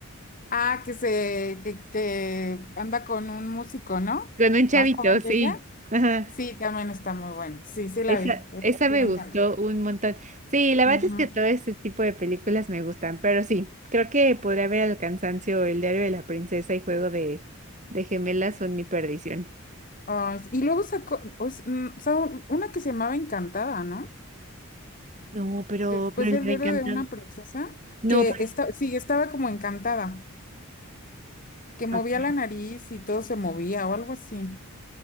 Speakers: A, on the left; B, on the right.
A: Ah, que se, que, que anda con un músico, ¿no?
B: con un chavito,
A: Más joven
B: sí.
A: que ella.
B: Ajá.
A: Sí, también está muy buena. Sí, sí la
B: Esa,
A: vi. Eh,
B: esa
A: Sí,
B: me
A: me
B: gustó
A: encanta.
B: un montón. Sí, la verdad
A: Ujú.
B: es que todo este tipo de películas me gustan, pero sí, creo que podría ver El cansancio, El diario de la princesa y Juego de, de gemelas son mi perdición.
A: Ay, sí. y luego sacó, o s- mm, sacó una que se llamaba Encantada, ¿no?
B: No, pero,
A: Después
B: pero le
A: del
B: va
A: diario
B: a encantar.
A: de una princesa,
B: No,
A: que
B: pero,
A: está, sí, estaba como encantada, que movía
B: ah, caray,
A: la nariz y todo se movía o algo así.